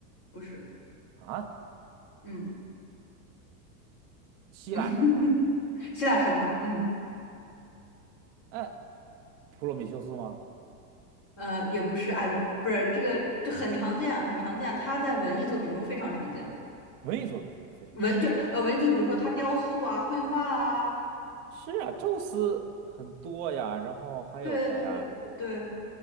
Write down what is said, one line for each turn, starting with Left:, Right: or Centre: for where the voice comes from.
Left: 不是，
Right: 啊，
Left: 嗯
Right: 希腊神话。
Left: <laughs> 希腊神话，嗯。
Right: 嗯。呃普罗米修斯吗？
Left: 呃，也不是，哎，不是，不是这个，就很常见，很常见，它在文艺作品中非常常见。
Right: 文艺作品中非常常见。
Left: 文就呃文就比如说它雕塑啊、绘画啊，
Right: 是啊，宙斯很多呀，然后还有谁呀？
Left: 对对对对，